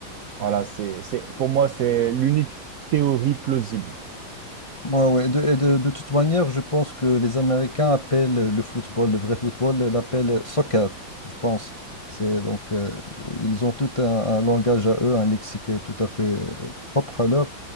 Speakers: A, on the right; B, on the left.
A: voilà, c'est, c'est, pour moi, c'est l'unique théorie plausible.
B: Ouais, ouais. De, et de, de toute manière, je pense que les Américains appellent le football, le vrai football, ils l'appellent soccer, je pense. C'est donc, euh, ils ont tout un, un langage à eux, un lexique tout à fait euh, propre à leur.